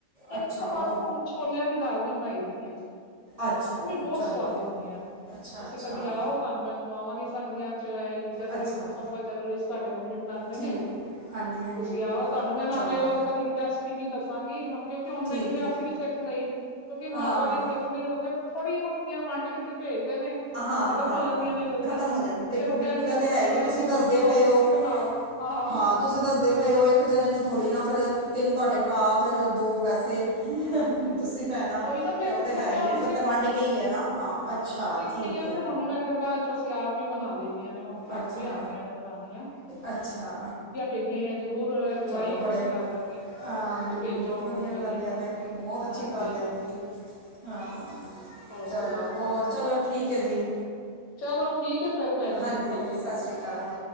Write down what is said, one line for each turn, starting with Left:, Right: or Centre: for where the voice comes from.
Left: ਫਿਰ
Right: ਅੱਛਾ
Left: ਉਸ ਤੋਂ ਬਾਅਦ
Right: ਉਹ
Left: ਨਾ ਹੁਣ ਛੋਲਿਆਂ ਦੀ ਦਾਲ ਦੀ ਬਣਾਈ ਦੀ ਐ,
Right: ਅੱਛਾ
Left: ਉਹ ਵੀ ਬਹੁਤ
Right: ਚਲੋ
Left: ਸਵਾਦ ਹੁੰਦੀਆਂ ਨੇ।
Right: ਅੱਛਾ
Left: ਤੁਸੀਂ
Right: ਅੱਛਾ
Left: ਕਦੀ ਆਓ ਤਹਾਨੂੰ ਮੈਂ ਖਵਾਵਾਂਗੀ ਸਰਦੀਆਂ ਚ ਐ ਈ ਜਨਵਰੀ
Right: ਅੱਛਾ
Left: ਦਸੰਬਰ ਜਨਵਰੀ ਚ ਤੁਹਾਡੇ ਮੰਮੀ ਬਣਾਉਦੇ
Right: ਠੀਕ
Left: ਨੇ,
Right: ਹਾਂਜੀ ਹਾਂਜੀ
Left: ਤੁਸੀਂ ਆਓ ਤੁਹਾਨੂੰ ਮੈਂ ਨਾਲੇ
Right: ਚਲੋ
Left: ਓ ਕਦੀ ਕੀ ਰੈਸ ਰੈਸਪੀ ਵੀ ਦੱਸਾਂਗੀ ਕਿਉਂਕਿ ਹੁਣ
Right: ਠੀਕ
Left: ਮੈਨੂੰ ਵੀ
Right: ਹੈ
Left: ਅਸੀ ਵੀ ਸਿੱਖ ਲਈ, ਕਿਉਂਕਿ ਹਰ
Right: ਹਾਂ
Left: ਵਾਰੀ ਦੇਖੋ ਨੀ ਤਾਂ ਫੇਰ ਥੋੜੀ ਨਾ ਹੁੰਦੀਆਂ ਵੰਡ ਕੇ ਬਈ ਭੇਜਦੇ ਨੇ।
Right: ਹਾਂ
Left: ਉਹ ਖ਼ਤਮ
Right: ਹਾਂ
Left: ਹੋ ਜਾਂਦੀਆਂ ਨੇ ਜਲਦੀ,
Right: ਖਤਮ ਹੋ ਜਾਂਦੀ ਦੇਖੋ
Left: ਫੇਰ ਉਹ
Right: ਬਿਲਕੁਲ
Left: ਕਹਿਣਗੇ
Right: ਆ ਤੇ
Left: ਬੱਚੇ
Right: ਹੈ ਹੀ
Left: ਕਹਿਣਗੇ
Right: ਹੈ, ਤੁਸੀਂ ਦੱਸਦੇ
Left: ਮੰਮੀ ਹੋਰ
Right: ਪਏ ਹੋ
Left: ਤੁਸੀਂ ਬਣਾਓ। ਹਾ ਆ ਹਾ।
Right: ਹਾਂ, ਤੁਸੀਂ ਦੱਸਦੇ ਪਏ ਔ, ਇੱਕ ਜਣੇ ਨੂੰ ਥੋੜੀ ਨਾ ਫੇਰ ਤਿੰਨ ਤਾਡੇ ਭਰਾ ਫੇਰ ਦੋ ਵੈਸੇ।
Left: ਹਾਂਜੀ
Right: ਤੁਸੀਂ ਭੈਨਾ
Left: ਉਹੀ ਨਾ ਫੇਰ
Right: ਤੇ ਔ ਤੇ ਹੈ ਈ
Left: ਮੈਂ
Right: ਏ।
Left: ਹੁਣ
Right: ਫੇਰ ਤੇ ਵੰਡ ਕੇ ਈ ਐ ਨਾ ਹਾਂ, ਅੱਛਾ।
Left: ਰੱਖ
Right: ਠੀਕ
Left: ਲਈ ਐਣ
Right: ਹੈ
Left: ਤੇ ਹੁਣ ਮੈਂ ਫੇਰ ਬਾਦ ਚੋ ਅਸੀਂ ਆਪ ਵੀ ਬਣਾ ਲਈ ਦੀਆਂ ਨੇ। ਹੁਣ ਸਾਨੂੰ
Right: ਅੱਛਾ
Left: ਵੀ ਆ ਗਈਆਂ ਨੇ ਬਣਾਣੀਆਂ।
Right: ਅੱਛਾ।
Left: ਭੀਜੀਆ ਹੋਈ ਜਰੂਰ ਜਵਾਈ
Right: ਚਲੋ ਬੜੇ
Left: ਫੋਨ ਕਰ ਦੇਣਗੇ, ਕਿ
Right: ਹਾਂ ਬਿਲਕੁਲ
Left: ਭੇਜੋ
Right: ਬਹੁਤ ਵਧੀਆ
Left: ਮੰਮੀ
Right: ਗੱਲ
Left: ਜੀ।
Right: ਹੈ ਆ ਤੇ ਬਹੁਤ ਅੱਛੀ
Left: ਹਾਂਜੀ,
Right: ਗੱਲ ਹੈ
Left: ਹਾਂਜੀ।
Right: ਹਾਂ,
Left: ਹੋਰ
Right: ਚਲੋ
Left: ਤੁਸੀਂ ਸੁਣਾਓ
Right: ਹੋਰ, ਚਲੋ ਠੀਕ ਹੈ ਜੀ।
Left: ਚਲੋ ਠੀਕ ਹੈ ਫੇਰ ਭੈਣ
Right: ਹਾਂਜੀ,
Left: ਜੀ ਸਤਿ
Right: ਸਤ
Left: ਅਕਾਲ
Right: ਸ਼੍ਰੀ ਕਾਲ।